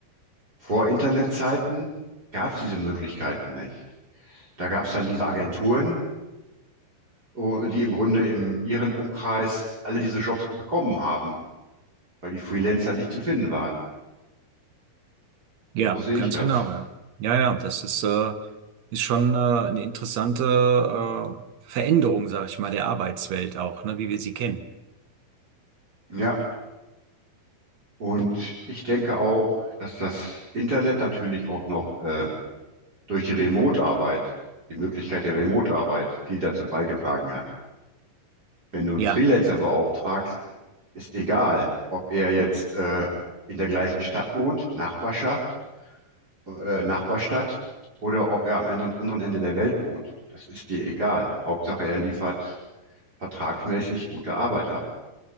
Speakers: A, on the right; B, on the right.
A: Vor Internetzeiten gab es diese Möglichkeiten nicht. Da gab es dann diese Agenturen, oh, die im Grunde in ihren Umkreis alle diese Jobs bekommen haben, weil die Freelancer nicht zu finden waren.
B: Ja,
A: So sehe
B: ganz
A: ich das.
B: genau, ja. Ja, ja, das ist, äh, ist schon, äh, eine interessante, äh, Veränderung, sag ich mal, der Arbeitswelt auch, ne? Wie wir sie kennen.
A: Ja, Und ich denke auch, dass das Internet natürlich auch noch äh, durch die Remote-Arbeit, die Möglichkeit der Remote-Arbeit viel dazu beigetragen hat. Wenn du einen
B: Ja.
A: Freelancer beauftragst, ist egal, ob er jetzt äh, in der gleichen Stadt wohnt, Nachbarschaft, äh, Nachbarstadt, oder ob er am anderen, anderen Ende der Welt wohnt. Das ist dir egal. Hauptsache, er liefert vertragsmäßig gute Arbeit ab.